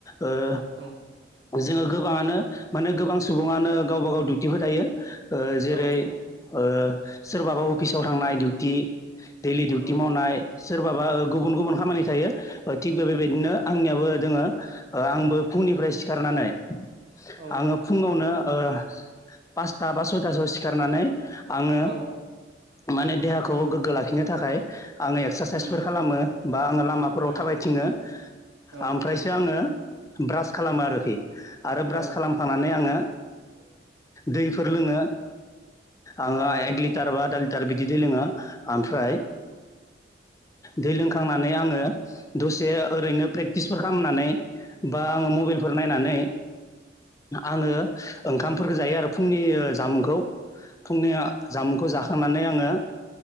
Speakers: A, on the left; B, on the right.
A: ओ
B: औ
A: जोङो गोबाङानो माने गोबां सुबुङानो गावबा गाव डिउटिबो थायो जेरै
B: औ
A: ओ सोरबाबा अफिसाव थांनाय डिउटि दैलि डिउटि
B: औ
A: मावनाय सोरबाबा गुबुन गुबुन खामानि थायो थिग बे बेबायदिनो आंनियाबो जोङो आंबो फुंनिफ्राय सिखारनानै
B: औ
A: आङो फुङावनो ओ पासथा बा सयथासोआव सिखारनानै आङो
B: औ
A: माने देहाखौ गोग्गो लाखिनो थाखाय आङो एक्सारसाइसफोर
B: उम
A: खालामो बा आङो लामाफोराव
B: उम
A: थाबायथिङो
B: औ
A: ओमफ्रायसो आङो ब्रास खालामो आरोखि आरो ब्रास
B: औ
A: खालामखांनानै आङो दैफोर लोङो आङो
B: औ
A: एक लि बा आदा लिटार बिदि दै लोङो ओमफ्राय
B: उम
A: दै लोंखांनानै आङो दसे ओरैनो प्रेक्टिसफोर खालामनानै बा आङो मबाइलफोर नायनानै
B: औ
A: आङो ओंखामफोरखौ जायो आरो फुंनि जामुंखौ फुंनि जामुंखौ जाखांनानै आङो